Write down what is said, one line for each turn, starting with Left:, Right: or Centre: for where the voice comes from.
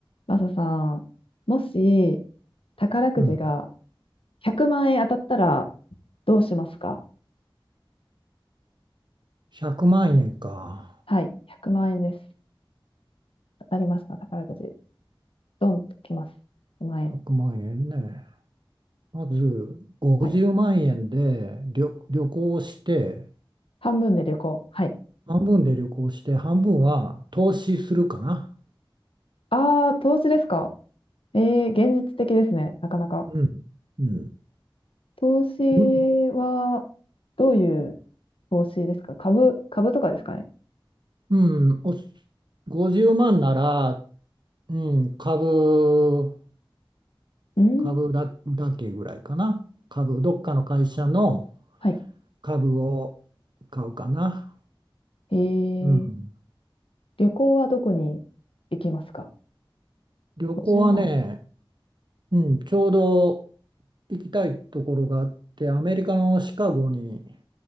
Left: マサさん、もし宝くじが
Right: うん。
Left: 100万円当たったらどうしますか
Right: 100万円か。
Left: はい、100万円です。当たりました、宝くじ。ドンときます。1万円。
Right: 100万円ね。まず、50万円で旅、
Left: はい。
Right: 旅行をして、
Left: 半分で旅行。はい。
Right: 半分で旅行して、半分は投資するかな。
Left: ああ、投資ですかえー、現実的ですね、なかなか。
Right: うん。うん。
Left: 投資
Right: い
Left: は、どういう投資ですか株、株とかですかね
Right: うん、おす、50万なら、うん、株、
Left: うん。
Right: 株だ、だけぐらいかな。株、どっかの会社の
Left: はい。
Right: 株を買うかな。
Left: えー、
Right: うん。
Left: 旅行はどこに行きますか
Right: 旅行はね、
Left: ?50 万。
Right: うん、ちょうど行きたいところがあって、アメリカのシカゴに、